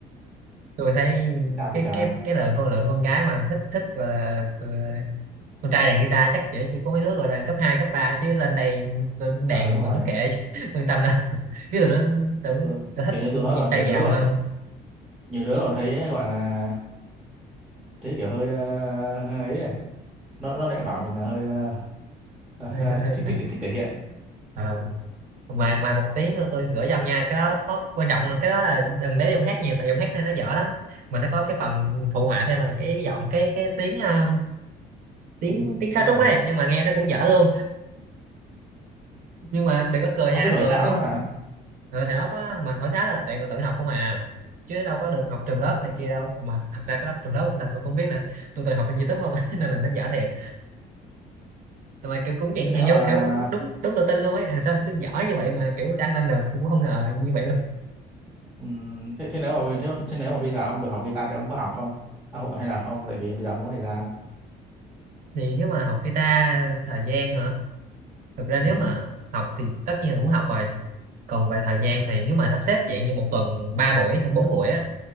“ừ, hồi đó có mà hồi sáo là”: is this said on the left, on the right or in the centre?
Right